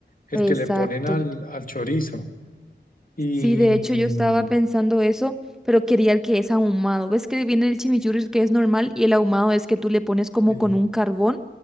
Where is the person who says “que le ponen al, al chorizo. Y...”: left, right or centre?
Left